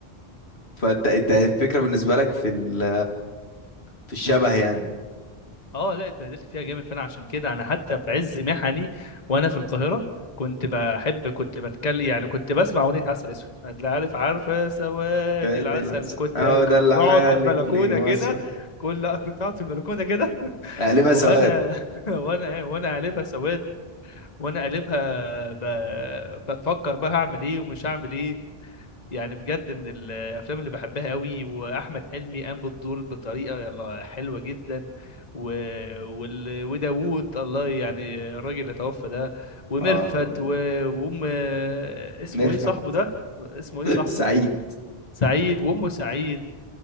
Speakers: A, on the left (about 90°); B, on the left (about 40°).
A: فانت انت الفكرة بالنسبة لك في ال في الشبه يعني
B: اه لا اتبهدلت فيها جامد فانا عشان كده انا حتى في عز محني وانا في القاهره كنت بحب كنت بتكلم يعني كنت بسمع اغنيه عسل اسود لا عارف عارفه سوادي العسل
A: دي لا-
B: كنت
A: اهو
B: كنت
A: ده اللي
B: بقعد
A: حالك
B: في البلكونه
A: ليه وصل
B: كده كل <laughs> لأ، كنت قاعد في البلكونه كده <laughs>
A: قلبها
B: وانا
A: سواد
B: وانا إيه، وانا قلبها سواد وانا قلبها ب... بفكر بقى هعمل ايه ومش هعمل ايه يعني بجد من الافلام اللي بحبها قوي واحمد حلمي قام بالدور بطريقه يلا حلوه جدا و... وال... وداوود الله يعني الراجل اللي توفى ده وميرفت
A: اه طبعا
B: و... وام اسمه
A: ميرفت
B: ايه صاحبه ده اسمه ايه صاحبه
A: <laughs> سعيد
B: سعيد وامه سعيد